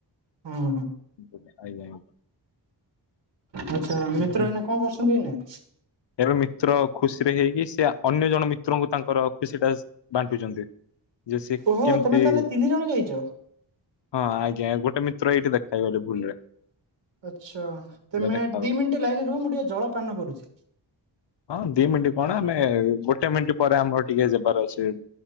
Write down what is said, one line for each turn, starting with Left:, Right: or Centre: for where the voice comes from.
Right: ହଁ ହଁ।
Left: ଆଜ୍ଞା ଆଜ୍ଞା।
Right: ଆଚ୍ଛା ମିତ୍ର
Left: ଆଜ୍ଞା।
Right: ଏଇନା କଣ କରୁଛନ୍ତି ଏଇନା?
Left: ଏବେ ମିତ୍ର ଖୁସିରେ ହେଇକି ସେ ଅନ୍ୟ ଜଣ ମିତ୍ରଙ୍କୁ ତାଙ୍କର ଖୁସି ଟା ବାଣ୍ଟୁଛନ୍ତି ଯେ ସେ
Right: ଓହୋ
Left: କେମିତି
Right: ତମେ ତାହେଲେ ତିନି ଜଣ ଯାଇଛ
Left: ହଁ ଆଜ୍ଞା ଗୋଟେ ମିତ୍ର ଏଇଠି ଦେଖା ହେଇଗଲେ ଭୁଲ ରେ
Right: ଆଚ୍ଛା ତମେ
Left: ଦେଖାଗଲା।
Right: ଦି ମିନିଟ୍ ଲାଇନରେ ରୁହ ମୁଁ ଟିକେ ଜଳପାନ କରୁଛି।
Left: ହଁ ଦି ମିନିଟ୍ କଣ ଆମେ ଗୋଟେ ମିନିଟ୍ ପରେ ଆମର ଟିକେ ଯିବାର ଅଛି।